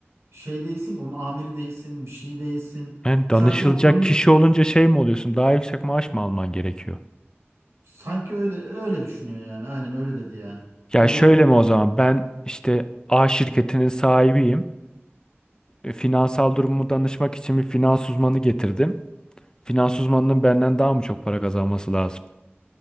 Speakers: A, on the right (about 90°); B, on the left (about 20°).
A: şey değilsin ki onun amiri değilsin, bir şey değilsin.
B: Yani danışılacak
A: Sadece o konuyu
B: kişi olunca şey mi oluyorsun? Daha yüksek maaş mı alman gerekiyor?
A: sanki öyle öyle düşünüyor yani. Aynen öyle dedi yani.
B: Ya
A: E
B: şöyle
A: bu
B: mi o zaman? Ben işte A şirketinin sahibiyim. E, Finansal durumumu danışmak için bir finans uzmanı getirdim. Finans uzmanının benden daha mı çok para kazanması lazım?